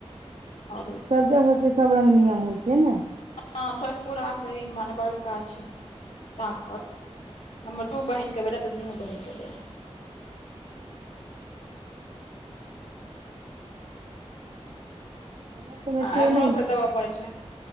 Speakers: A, on the left; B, on the right.
A: अबै
B: सभ
A: छै
B: जगहके सब रंग नियम होइ छै ने।
A: हँ सोइतपुुराके इ बड़का छै सांकर। हमर दू बहिन के भेलै ह तऽ दुनू बहिन के एलै हे।
B: हमरा सबमे
A: आ
B: से
A: एम्हरोसँ
B: नहि छै
A: देबय पड़ै छै।